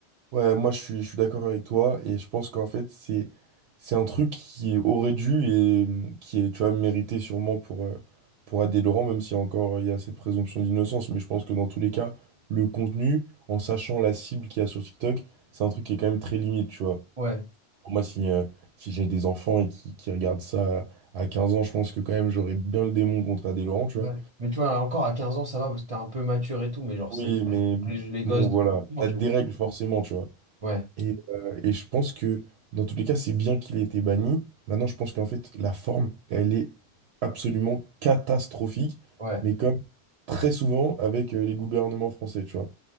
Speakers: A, on the right (about 75°); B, on the right (about 35°).
A: Ouais, moi je suis, je suis d'accord avec toi et je pense qu'en fait c'est c'est un truc qui aurait dû et hum, qui est tu vois mérité sûrement pour euh, pour Adé Laurent même si encore euh, il y a cette présomption d'innocence mais je pense que dans tous les cas le contenu en sachant la cible qu'il y a sur TikTok c'est un truc qui est quand même très limite tu vois.
B: Ouais.
A: Pour moi si euh, si j'ai des enfants et qui, qui regardent ça à quinze ans je pense que quand même j'aurais bien le démon contre Adé Laurent tu
B: Ouais.
A: vois.
B: Mais tu vois, encore à 15 ans, ça va parce que t'es un peu mature et tout, mais genre,
A: Oui
B: c'est
A: mais
B: les, les
A: bon
B: gosses de...
A: voilà ça
B: tu
A: te
B: vois.
A: dérègle forcément tu vois.
B: Ouais,
A: Et, euh, et je pense que dans tous les cas, c'est bien qu'il ait été banni. Maintenant, je pense qu'en fait, la forme, elle est absolument catastrophique,
B: ouais,
A: mais comme très souvent avec euh, les gouvernements français, tu vois.